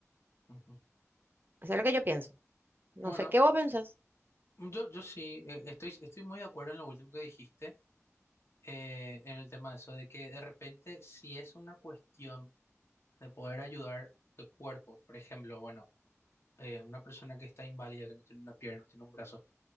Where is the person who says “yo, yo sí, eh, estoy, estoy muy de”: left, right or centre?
Left